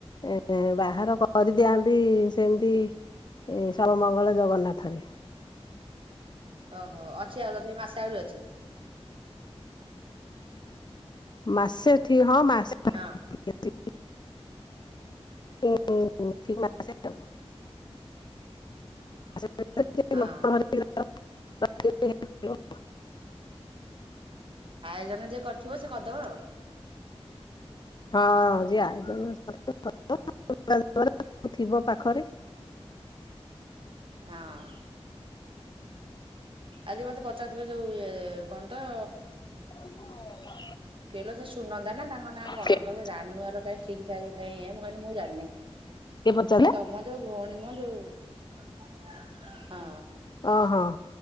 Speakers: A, on the left; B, on the right.
A: ଏ ବାହାର କରିଦିଆନ୍ତି ସେମିତି ଏ ସବ ମଙ୍ଗଳ ଜଗନ୍ନାଥ ରେ।
B: <inaudible> ଓହୋ ଅଛି ଆଉ ତ ମାସେ ଆହୁରି ଅଛି।
A: ମାସେ ଏଠି ହଁ ମାସେ ପାଖା
B: ହଁ
A: ପାଖି ଅଛି। <unintelligible>
B: <inaudible>
A: <unintelligible>
B: ହଁ
A: <unintelligible> <inaudible>
B: ଆୟୋଜନ ଯିଏ କରିଥିବ ସେ କରିଦବ ଆଉ।
A: ହଁ ଯିଏ ଆୟୁଜନ କ <unintelligible> ଥିବ ପାଖରେ <inaudible>
B: ହଁ। ଆଜି ମତେ ପଚାରୁଥିଲେ ଯୋଉ ଇଏ କଣ ତ
A: ହଁ।
B: କହିଲ ସେ ସୁନନ୍ଦତା ନା ତାଙ୍କ ନାଁ କଣ
A: କିଏ
B: କିଲିବ ଜାନୁଆ କାହି ଠିକ ଠାକ କାହିଁ ଏ ମୁ କି ମୁଁ ଜାଣିନି। <inaudible>
A: ପଚାରିଲେ
B: ତମ ଯୋଉ ଭଉଣୀ ମ ଯୋଉ <inaudible> ହଁ।
A: ଓହୋ